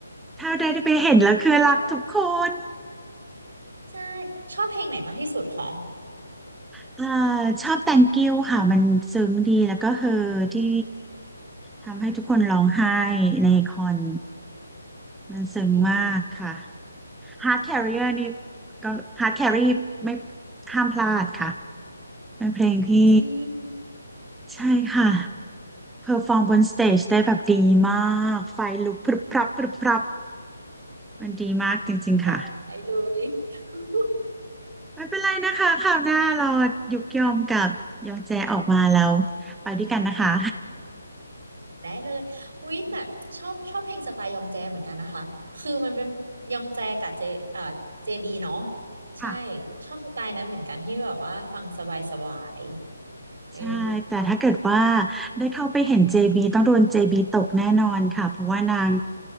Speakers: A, in the centre; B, on the right (about 65°).
A: ถ้าได้ไปเห็นแล้วคือรักทุกคน
B: ทุกคนแต่ละใช่ชอบเพลงไหนมากที่สุดคะ
A: เอ่อชอบ Thank you ค่ะมันซึ้งดีแล้วก็เฮอที่ทำให้ทุกคนร้องไห้ในคอนมันซึ้งมากค่ะ
B: จ
A: Heart Carrier นี่ก็ Heart Carry ไม่ห้ามพลาดค่ะเป็นเพลงที่
B: ริง
A: ใช่ค่ะ เพอร์ฟอร์มบนสเตจได้แบบดีมากไฟลุกพรึบพรับพรึบพรับ
B: ๆอืม
A: มันดีมากจริงๆค่ะ
B: อยากไปเลย <laughs>
A: ไม่เป็นไรนะคะคราวหน้าเรายุกยอมกับยองแจออกมาแล้วไปด้วยกันนะคะ
B: ได้เลยอุ๊ยแบบชอบชอบเพลงสไตล์ยองแจเหมือนกันนะคะคือมันเป็นยองแจกับเจอ่าเจบีเนาะ
A: <laughs>
B: ใช่
A: ค่ะ
B: ชอบสไตล์นั้นเหมือนกันที่แบบว่าฟังสบายสบายเออ
A: ใช่แต่ถ้าเกิดว่าได้เข้าไปเห็น JB ต้องโดน JB ตกแน่นอนค่ะเพราะว่านาง